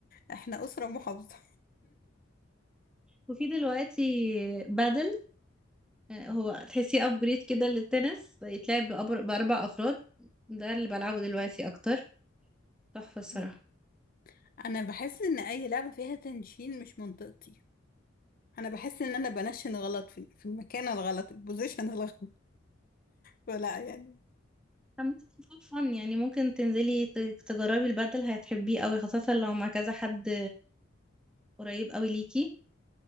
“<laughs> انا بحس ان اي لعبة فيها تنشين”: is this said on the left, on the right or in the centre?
Left